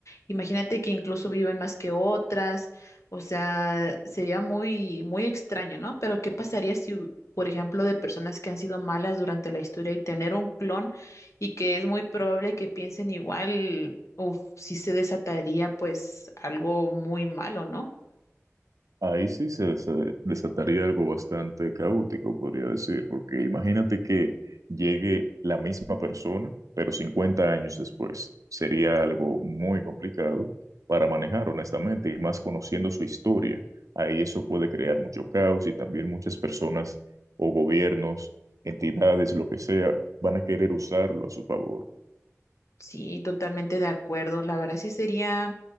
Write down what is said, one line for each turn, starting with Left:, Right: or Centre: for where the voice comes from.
Left: Imagínate que incluso viven más que otras. O sea, sería muy, muy extraño, ¿no? Pero ¿qué pasaría si, hu- por ejemplo, de personas que han sido malas durante la historia y tener un clon y que es muy probable que piensen igual, uf, sí se desataría, pues, algo muy malo, ¿no?
Right: Ahí sí se desa- desataría algo bastante caótico, podría decir, porque imagínate que llegue la misma persona, pero 50 años después. Sería algo muy complicado para manejar, honestamente, y más conociendo su historia. Ahí eso puede crear mucho caos y también muchas personas o gobiernos, entidades, lo que sea, van a querer usarlo a su favor.
Left: Sí, totalmente de acuerdo. La verdad sí sería